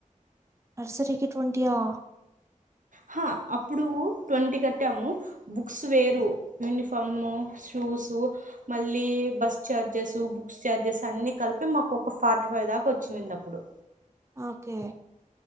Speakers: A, on the right (about 20°); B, on the right (about 70°).
A: నర్సరకి ట్వంటీ ఆహ్
B: హా అప్పుడు ట్వంటి కట్టాము బుక్స్ వేరు
A: ఓకే
B: యూనిఫామ్ షూస్ మళ్ళీ బస్ ఛార్జెస్ బుక్స్ ఛార్జెస్ అన్ని కలిపి మాకు ఒక ఫార్టీ ఫైవ్ దాకా వచ్చిందింది అప్పుడు
A: ఓకే